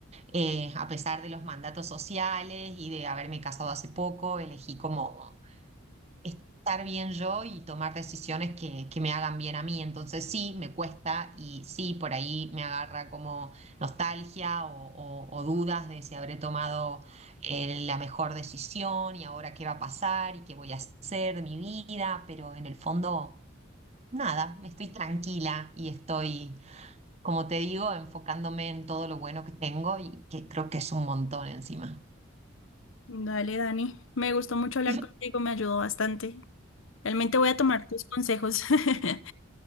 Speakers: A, on the right; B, on the left.
A: eh, a pesar de los mandatos sociales y de haberme casado hace poco, elegí como estar bien yo y tomar decisiones que, que me hagan bien a mí. Entonces sí, me cuesta y sí, por ahí me agarra como nostalgia o, o- o dudas de si habré tomado eh, la mejor decisión y ahora qué va a pasar y qué voy a hacer de mi vida, pero en el fondo, nada, estoy tranquila y estoy, como te digo, enfocándome en todo lo bueno que tengo y que creo que es un montón encima.
B: Dale, Dani. Me gustó mucho hablar
A: <laughs>
B: contigo, me ayudó bastante. Realmente voy a tomar tus consejos. <laughs>